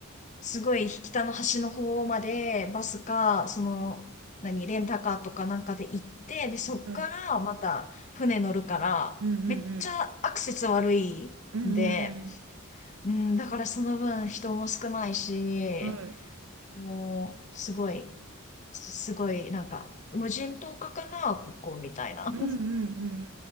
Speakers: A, on the left; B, on the right.
A: すごい北の端の方まで、バスか、その、何、レンタカーとかなんかで行って、で、そっからまた船乗るから、
B: はい。うんうんうん。
A: めっちゃアクセス悪いんで、
B: うんうん
A: うん、だからその分人も少ないし、
B: うん。はい。
A: もう、すごい、すごい、なんか、無人島かかな、ここみたいな
B: うんうんうん